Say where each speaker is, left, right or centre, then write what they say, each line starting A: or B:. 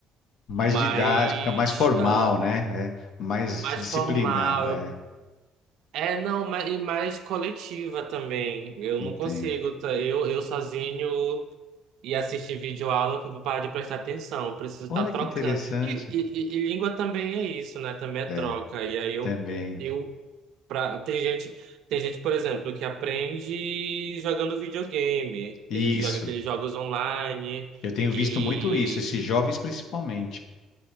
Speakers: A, on the left; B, on the right.
A: Mais
B: mais,
A: didática, mais formal,
B: ah,
A: né? É, mais
B: mais
A: disciplinada.
B: formal.
A: É,
B: É, não, ma- e mais coletiva também. Eu
A: entendo.
B: não consigo, tá? Eu, eu sozinho e assistir vídeo aula que eu vou parar de prestar atenção. Eu preciso estar
A: Olha
B: trocando.
A: que interessante.
B: E, e- e- e língua também é isso, né? Também é troca.
A: É,
B: E aí eu,
A: também.
B: eu pra, tem gente, tem gente, por exemplo, que aprende jogando videogame.
A: Isso.
B: Tem gente que joga aqueles jogos online.
A: Eu tenho
B: E
A: visto muito isso, esses jovens principalmente,